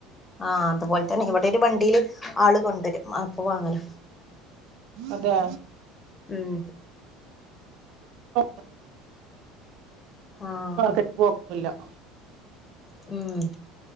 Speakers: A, on the left; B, on the right.
A: ആഹ് അതുപോലെ തന്നെ ഇവിടെ ഒരു വണ്ടിയില് ആള് കൊണ്ടുവരും അപ്പ വാങ്ങലാ
B: അതെ
A: ഉം
B: ോ
A: ആഹ്
B: മാർക്കറ്റ് പോില്ല <unintelligible>
A: ഉം